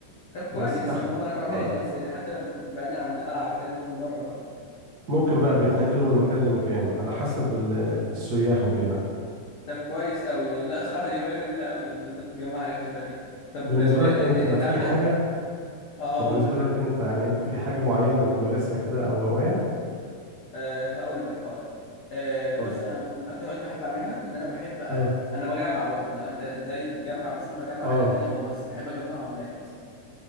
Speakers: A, on the left (about 60°); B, on the right (about 65°).
A: طب كويس
B: بس أحب
A: ان هم رجعوا تاني
B: اه
A: بس يعني حتى بعيدا عن القلعه وكده ممكن بره بقى
B: ممكن بقى بيتنقلوا من مكان لمكان على حسب ال- السياح وكده
A: طب كويس قوي يعني لا صراحه دي هوايه جميله قوي ان انت تجمع حاجات شبه دي طب
B: بالنسبة
A: آه،
B: لك انت
A: إ- إ-
B: في
A: انت عندك
B: حاجة
A: اه هقول
B: طب بالنسبة
A: لك
B: لك انت يعني انت في حاجة معينة بتمارسها كده او هواية
A: آه هقول لك حاضر آه بص
B: اتفضل
A: انا من اكتر الهوايات بحب اعملها ان انا بحب آه،
B: اه
A: انا بجمع برضو انا انت زيي بتجمع بس انا بجمع
B: اه
A: حاجات تانية خالص بحب اجمع عملات